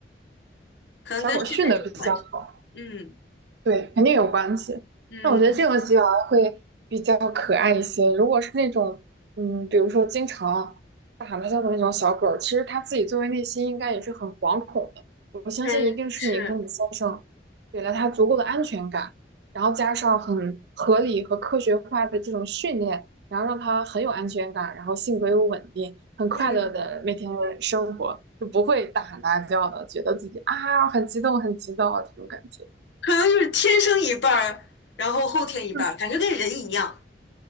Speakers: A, on the left; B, on the right.
A: 可能跟训练有关系。
B: 小狗训的比较好。
A: 嗯
B: 对，肯定有关系。
A: 嗯，
B: 那我觉得这种吉娃娃会比较可爱一些。如果是那种，嗯，比如说经常大喊大叫的那种小狗儿其实它自己作为内心应该也是很惶恐的。我相信一定是你和你先生给了它足够的安全感，
A: 哎，是，
B: 然后加上很合理和科学化的这种训练，然后让它很有安全感，然后性格又稳定，很快乐的每天生活，
A: 嗯，
B: 就不会大喊大叫的，觉得自己啊很激动很激动啊这种感觉。
A: 可能就是天生一半儿，然后后天一半儿，
B: 嗯。
A: 感觉跟人一样。